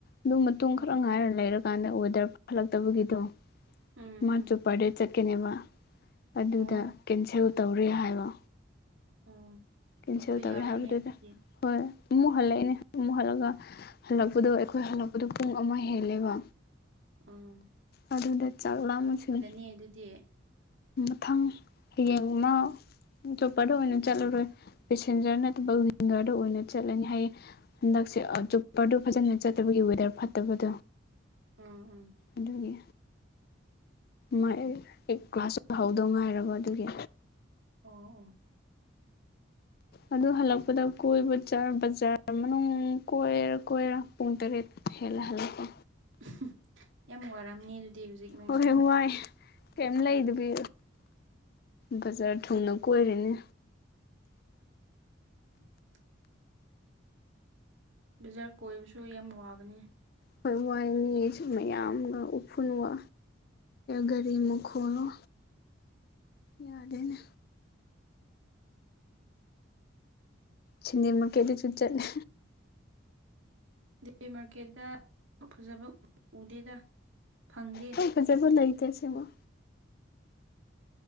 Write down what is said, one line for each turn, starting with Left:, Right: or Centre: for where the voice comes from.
Left: ꯑꯗꯨ ꯃꯇꯨꯡ
Right: ꯎꯝ
Left: ꯈꯔ ꯉꯥꯏꯔ ꯂꯩꯔꯀꯥꯟꯗ ꯑꯣꯗꯔꯞ ꯈꯂꯛꯇꯕꯒꯤꯗꯣ
Right: ꯎꯝ
Left: ꯃꯥꯆꯨ
Right: ꯎꯝ
Left: ꯄꯔꯗꯦꯠ ꯆꯠꯀꯅꯦꯃ ꯑꯗꯨꯗ
Right: ꯑꯣ
Left: ꯀꯦꯟꯁꯦꯜ ꯇꯧꯔꯦ ꯍꯥꯏꯕ
Right: ꯑꯣ
Left: ꯀꯦꯟꯁꯦꯜ
Right: ꯆꯠꯄ
Left: ꯇꯧꯔꯦ
Right: ꯌꯥꯔꯣꯏꯅꯦ
Left: ꯍꯥꯏꯕꯗꯨꯗ
Right: ꯑꯗꯨꯗꯤ
Left: ꯍꯣꯏ ꯃꯨ ꯍꯜꯂꯑꯦꯅꯦ ꯃꯨ ꯍꯜꯂꯛꯒ ꯍꯜꯂꯛꯄꯗꯣ ꯑꯩꯈꯣꯏ ꯍꯜꯂꯛꯄꯗꯨ ꯄꯨꯡ ꯑꯃ ꯍꯦꯜꯂꯦꯕ
Right: ꯎꯝ
Left: ꯑꯗꯨꯗ ꯆꯥꯛ ꯂꯥꯝꯃꯁꯤꯅꯤ
Right: ꯑꯦ ꯑꯗꯨꯗꯤ
Left: ꯃꯊꯪ ꯍꯌꯦꯡꯃ ꯇꯣꯞꯄꯗ ꯑꯣꯏꯅ ꯆꯠꯂꯔꯣꯏ ꯄꯦꯁꯦꯟꯖꯔ ꯅꯠꯇꯕ ꯂꯤꯡꯒꯔꯗ ꯑꯣꯏꯅ ꯆꯠꯂꯅꯤ ꯍꯥꯏꯌꯦ ꯍꯟꯗꯛꯁꯦ
Right: ꯎꯝ
Left: ꯑ ꯖꯨꯞꯄꯔꯗꯨ ꯐꯖꯅ ꯆꯠꯇꯕꯒꯤ ꯋꯦꯗꯔ ꯐꯠꯇꯕꯗꯣ
Right: ꯎꯝ ꯎꯝ
Left: ꯑꯗꯨꯒꯤ ꯃꯥꯏ ꯑꯩ ꯑꯦ ꯀ꯭ꯂꯥꯁ ꯍꯧꯗꯧ ꯉꯥꯏꯔꯕ ꯑꯗꯨꯒꯤ
Right: ꯑꯣ ꯑꯣ
Left: ꯑꯗꯨ ꯍꯜꯂꯛꯄꯗ ꯀꯣꯏꯕ ꯖꯥꯔ ꯕꯖꯥꯔ ꯃꯅꯨꯡ ꯀꯣꯏꯔ ꯀꯣꯏꯔ ꯄꯨꯡꯇꯔꯤꯠ ꯍꯦꯜꯂꯦ ꯍꯜꯂꯛꯄ
Right: ꯑꯝꯍꯝ ꯌꯥꯝ ꯋꯥꯔꯝꯅꯤ ꯑꯗꯨꯗꯤ ꯍꯧꯖꯤꯛ ꯅꯪꯁꯦ
Left: ꯍꯣꯏꯌꯦ ꯋꯥꯏ ꯀꯩꯏꯝ ꯂꯩꯗꯕꯤ ꯕꯖꯥꯔ ꯊꯨꯡꯅ ꯀꯣꯏꯔꯅꯦ
Right: <unintelligible> ꯕꯖꯥꯔ ꯀꯣꯏꯕꯁꯨ ꯌꯥꯝ ꯋꯥꯕꯅꯦ
Left: ꯈꯣꯏ ꯋꯥꯏ ꯃꯤꯁꯨ ꯃꯌꯥꯝꯒ ꯎꯐꯨꯟꯋꯥ ꯒꯔꯤ ꯃꯈꯣꯜꯅꯣ ꯌꯥꯗꯦꯅꯦ ꯁꯤꯅꯤꯃ ꯀꯦꯗꯤꯠ ꯂꯨ ꯆꯠꯂꯦ
Right: ꯗꯦꯑꯦ ꯃꯥꯔꯀꯦꯠꯗ ꯐꯖꯕ ꯎꯗꯦꯗ ꯐꯪꯗꯦ
Left: ꯍꯣꯏ ꯐꯖꯕ ꯂꯩꯇꯦ ꯁꯦꯡꯃ